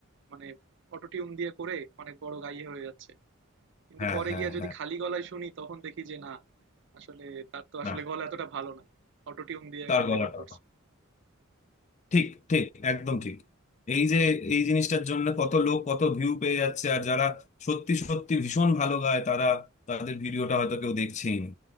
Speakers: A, on the right; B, on the left.
A: মানে অটো টিউন দিয়ে করে অনেক বড় গাইয়ে হয়ে যাচ্ছে কিন্তু
B: হ্যাঁ
A: পরে
B: হ্যাঁ
A: গিয়ে যদি
B: হ্যাঁ
A: খালি গলায় শুনি তখন দেখি যে না আসলে তার তো
B: না
A: আসলে গলা এতটা ভালো না অটোটিউন দিয়ে
B: তার
A: গান
B: গলাটা
A: রেকর্ড করছে
B: না। ঠিক ঠিক একদম ঠিক এই যে এই জিনিসটার জন্য কত লোক কত ভিউ পেয়ে যাচ্ছে আর যারা সত্যি সত্যি ভীষণ ভালো গায় তারা তাদের ভিডিওটা হয়তো কেউ দেখছেই না